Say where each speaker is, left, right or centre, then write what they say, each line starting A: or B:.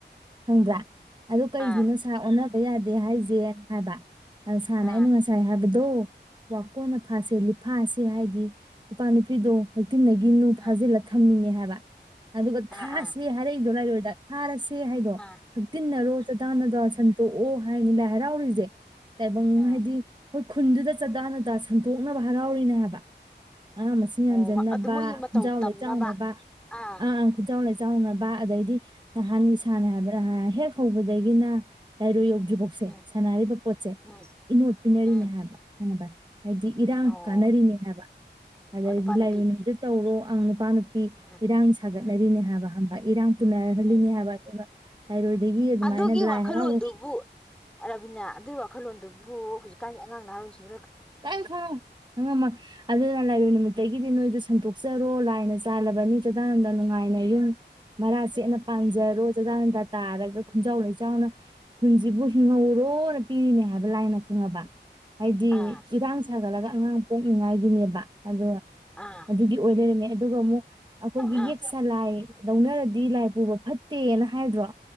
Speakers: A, on the right; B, in the centre.
A: ꯈꯪꯕ꯭ꯔꯥ ꯑꯗꯨ ꯀꯩꯒꯤꯅꯣ
B: ꯑꯥ
A: ꯁꯥ ꯑꯣꯟꯅ ꯕ ꯌꯥꯗꯦ ꯍꯥꯏꯁꯦꯅ ꯍꯥꯕ ꯑ ꯁꯥꯟꯅ
B: ꯑꯥ
A: ꯅꯨꯡ ꯉꯁꯥꯏ ꯍꯥꯏ ꯗꯣ ꯀꯣꯟꯅ ꯐꯥꯁꯦ ꯂꯤꯐꯥꯥꯁꯦ ꯍꯥꯏꯗꯤ ꯅꯨꯄꯥ ꯅꯨꯄꯤꯗꯣ ꯍꯧ ꯤꯟꯒꯤꯅꯨ ꯐꯥꯖꯤꯜꯂ
B: ꯑꯥ
A: ꯊꯝꯃꯤꯅꯦ ꯍꯥꯏ ꯕ ꯑꯗꯨꯒ
B: ꯑꯥ
A: ꯊꯥꯁꯦ
B: ꯑꯥ
A: ꯍꯥꯏꯔꯩꯗꯣꯅꯔꯣꯏ ꯥꯔ ꯁꯦ ꯍꯥꯏꯗꯣ
B: ꯑꯥ
A: ꯍꯛꯇꯤꯟꯅꯔꯣ ꯆꯗꯥꯅꯗ ꯁꯟꯇꯣꯛꯑꯣ ꯍꯥꯏꯅꯤ ꯂ ꯍꯔꯥꯎꯔꯤꯁꯦ <unintelligible> ꯇꯥꯏꯕꯪ
B: ꯑꯥ
A: ꯍꯥꯏꯗꯤ ꯍꯣꯏ ꯈꯨꯟꯗꯨꯗ ꯆꯥꯗꯥ ꯗꯥ ꯁꯟꯇꯣꯛꯅꯕ ꯍꯔꯥꯎꯔꯤꯅꯦ ꯍꯥꯏꯕ ꯑꯉꯥꯡ ꯃꯁꯤꯡ
B: ꯎꯝ
A: ꯌꯥꯝꯖꯟꯅꯕ
B: ꯑꯣ ꯑꯗꯨ ꯃꯣꯏꯒꯤ ꯃꯇꯧ
A: ꯈꯨꯟꯖꯥꯎ
B: ꯇꯝꯅꯕ
A: ꯂꯩꯆꯥꯎꯅꯕ
B: ꯑꯥ
A: ꯑ ꯑꯪ ꯈꯨꯟꯖꯥꯎ ꯂꯩꯆꯥꯎꯅꯕ ꯑꯗꯩꯗꯤ ꯅꯍꯥꯟ ꯅꯨꯡꯁꯥꯅ ꯍꯥꯏꯕ꯭ꯔꯥ ꯍꯦꯛ ꯍꯧꯕꯗꯒꯤꯅ ꯂꯥꯏꯔꯨ ꯌꯧ ꯗ꯭ꯔꯤꯕꯣꯛꯁꯦ
B: ꯎꯝ
A: ꯁꯥꯟꯅꯔꯤꯕ ꯄꯣꯠꯁꯦ
B: ꯎꯝ
A: ꯏꯅꯣꯠ ꯄꯤꯅꯔꯤꯅꯦ
B: ꯎꯝ
A: ꯍꯥꯏꯕ ꯃꯗ ꯍꯥꯏꯗꯤ ꯏꯔꯥꯡ
B: ꯑꯣ
A: ꯀꯥꯟꯅꯔꯤꯅꯦ ꯍꯥꯏꯕ ꯑꯗꯩꯗꯤ
B: ꯑꯣ ꯅꯨꯄꯥ ꯅꯨꯄꯤ
A: ꯂꯥꯏꯔꫭꯏ ꯅꯨꯃꯤꯠꯇ ꯇꯧꯔꯣ ꯑꯪ ꯅꯨꯄꯥ ꯄꯤ
B: ꯎꯝ
A: ꯏꯔꯥꯡ ꯁꯥꯒꯠꯅꯔꯤꯅꯤ
B: ꯎꯝ
A: ꯍꯥꯏꯕ ꯈꯪꯕ ꯏꯔꯥꯡ ꯄꯨꯅꯍꯜꯂꯤꯅꯤ
B: ꯎꯝ ꯎꯝ
A: ꯍꯥꯏꯕ ꯑꯗꯨꯒ ꯂꯥꯏꯔꯣꯏꯗꯒꯤ ꯑꯗꯨꯃꯥꯏꯅ
B: ꯑꯗꯨꯒꯤ
A: ꯂꯥꯏ
B: ꯋꯥꯈꯜꯂꯣꯟꯗꯨꯕꯨ
A: ꯍꯔꯥꯎꯕ
B: ꯔꯕꯤꯅꯥ ꯑꯗꯨꯏ ꯋꯥꯈꯜꯂꯣꯟꯗꯨꯕꯨ ꯍꯧꯖꯤꯛꯀꯥꯟ ꯑꯉꯥꯡ ꯅꯥꯔꯣꯟꯁꯤꯡ
A: ꯀꯥꯌꯤꯝ ꯈꯪ ꯉꯝꯃꫭꯏ ꯑꯗꯨꯅ ꯂꯥꯏꯔꫭꯏ ꯑꯗꯒꯤꯗꯤ ꯅꯣꯏꯖꯨ ꯁꯟꯗꯣꯛꯆꯔꯣ ꯂꯥꯏꯅ ꯆꯥꯜꯂꯕꯅꯤ ꯆꯗꯥꯅꯟꯗ ꯅꯨꯡꯉꯥꯏꯅ ꯌꯨꯝ ꯃꯔꯥ ꯁꯦꯠꯅ ꯄꯥꯟꯖꯔꯣ ꯆꯗꯥꯅꯟꯗꯥ ꯇꯥꯔꯒ ꯈꯨꯟꯖꯥꯎ ꯂꯩꯆꯥꯎꯅ ꯈꯨꯟꯁꯤꯕꯨ ꯍꯤꯡꯍꯧꯔꯣꯅ ꯄꯤꯔꯤꯅꯦ ꯍꯥꯏꯕ ꯂꯥꯏꯅ ꯈꯪꯉꯕ ꯍꯥꯏꯗꯤ
B: ꯑꯥ
A: ꯁꯖꯠꯂꯒ ꯑꯉꯥꯡ ꯄꯣꯛꯅꯤꯡꯉꯥꯏꯒꯤꯅꯦꯕ ꯑꯗꯣ
B: ꯑꯥ
A: ꯑꯗꯨꯗꯤ ꯑꯣꯏ ꯂꯩꯔꯝꯃꯦ ꯑꯗꯨꯒ ꯑꯃꯨꯛ ꯑꯩꯈꯣꯏꯒꯤ
B: ꯑꯥ ꯑꯥ
A: ꯌꯦꯛ ꯁꯂꯥꯏ ꯂꯧꯅꯔꯗꯤ ꯂꯥꯏ ꯄꯨꯕ ꯐꯠꯇꯦꯅ ꯍꯥꯏꯗ꯭ꯔꯣ